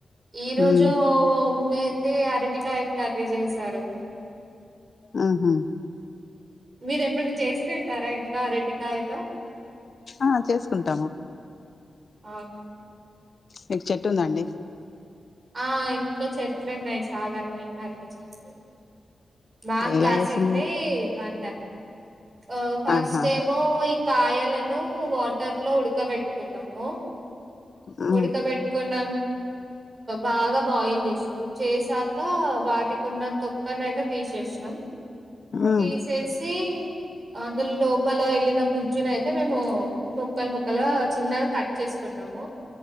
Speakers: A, on the right (about 45°); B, on the left (about 55°).
A: ఈ రోజు
B: ఉమ్
A: మా మమ్మీ అయితే అరటికాయ కర్రీ చేసారు
B: ఆహా
A: మీరు ఎప్పుడైనా చేసుకుంటారా ఇంట్లో అరటికాయతో
B: ఆ చేసుకుంటాము
A: అవునా
B: మీకు చెట్టు ఉంద అండి
A: ఆ ఇంట్లో చెట్లు ఉన్నాయి చాలానే అరెటి చెట్లు బాగా
B: ఎలా
A: కాసింది
B: చేసింది
A: మండ <inaudible> ఆ ఫస్ట్
B: ఆహా
A: టైమ్ కాయలను వాటర్ లో ఉడకబెట్టుకున్నాము
B: ఉమ్
A: ఉడకపెట్టుకున బాగా బాయిల్ చేసినాం చేసాక వాటికి ఉన్న తొక్కన అయితే తెసిసినాం
B: ఉమ్
A: తీసేసి అందులో లోపల వెళ్ళిన గుజ్జున అయితే మేము ముక్కలు ముక్కలు చిన్నగా కట్ చేసుకున్నాము